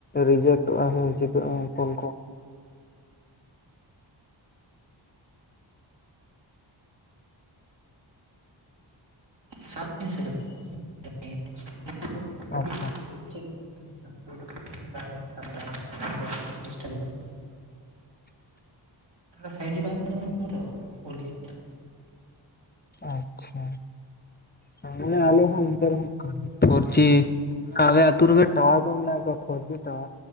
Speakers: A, on the left (about 25°); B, on the right (about 60°).
A: ᱨᱮᱡᱮᱠᱴᱚᱜ-ᱟ ᱥᱮ ᱪᱤᱠᱟᱹᱜ-ᱟ ᱠᱚᱞ ᱠᱚ?
B: ᱥᱟᱵᱽ ᱵᱤᱱ ᱥᱮ <unintelligible>
A: ᱟᱪᱪᱷᱟ <inaudible>
B: <unintelligible> ᱯᱷᱟᱭᱤ ᱡᱤ <unintelligible>
A: ᱟᱪᱪᱷᱟ᱾ ᱦᱮᱸ, ᱢᱟᱱᱮ ᱟᱞᱮ ᱦᱚᱸ ᱚᱱᱠᱟ ᱨᱮᱦᱚᱸ ᱱᱚᱝᱠᱟ᱾ ᱯᱷᱳᱨᱡᱤ ᱟᱞᱮ ᱟᱹᱛᱩ ᱨᱮᱦᱚᱸ ᱴᱟᱣᱟᱨ ᱫᱚ ᱢᱮᱱᱟᱜ ᱜᱮᱭᱟ ᱯᱷᱳᱨᱡᱤ ᱴᱟᱣᱟᱨ᱾